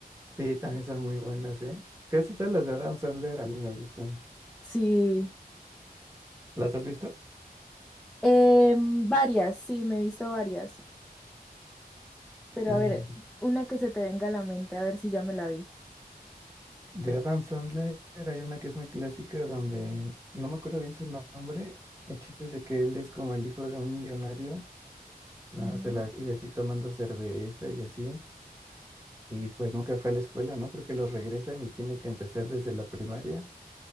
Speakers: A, on the right; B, in the centre.
A: Sí, también son muy buenas, ¿eh? Casi todas las de Adam Sandler a mí me gustan.
B: Sí,
A: ¿Las has visto?
B: Em, varias, sí, me he visto varias. Pero
A: Mm,
B: a ver, una que se te venga a la mente, a ver si ya me la vi.
A: De Adam Sandler hay una que es muy clásica donde no me acuerdo bien su nombre. El chiste es de que él es como el hijo de un millonario, no,
B: Ujú.
A: se la vive así tomando cerveza y así. Y pues nunca fue a la escuela, ¿no? Creo que los regresan y tiene que empezar desde la primaria.